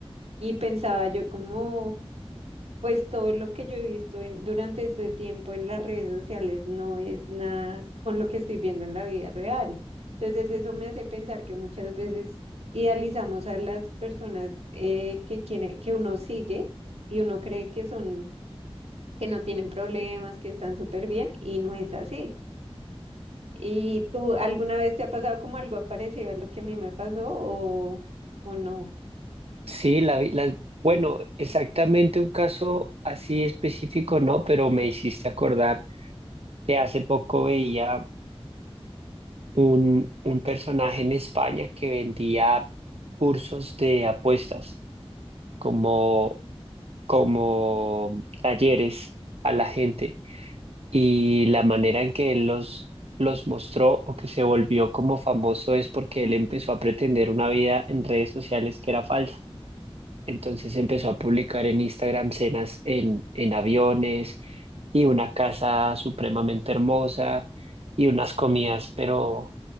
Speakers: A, on the right; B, on the right.
A: y pensaba yo como, pues todo lo que yo he visto en- durante este tiempo en las redes sociales no es nada con lo que estoy viendo en la vida real. Entonces eso me hace pensar que muchas veces idealizamos a las personas eh, que quiere- que uno sigue y uno cree que son, que no tienen problemas, que están súper bien y no es así. ¿Y tú alguna vez te ha pasado como algo parecido a lo que a mí me pasó o, o no?
B: Sí, la, vi- la- bueno, exactamente un caso así específico no, pero me hiciste acordar que hace poco veía un, un personaje en España que vendía cursos de apuestas como, como talleres a la gente y la manera en que él los, los mostró o que se volvió como famoso es porque él empezó a pretender una vida en redes sociales que era falsa. Entonces empezó a publicar en Instagram cenas en, en aviones y una casa supremamente hermosa y unas comidas pero